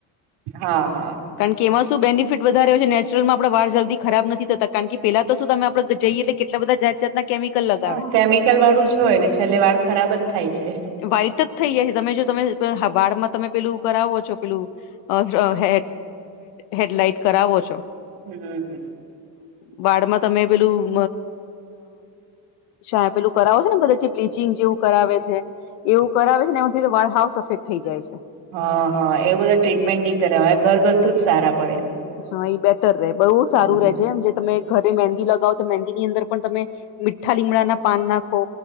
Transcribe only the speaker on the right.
હા હા.
હા કેમિકલ વાળું જ હોય ને છેલ્લે વાળ ખરાબ જ થાય છે.
<inaudible>
હા હા એ બધા ટ્રીટમેન્ટ નહી કરાવય ઘર ઘરથું જ સારા પડે
હમ હમ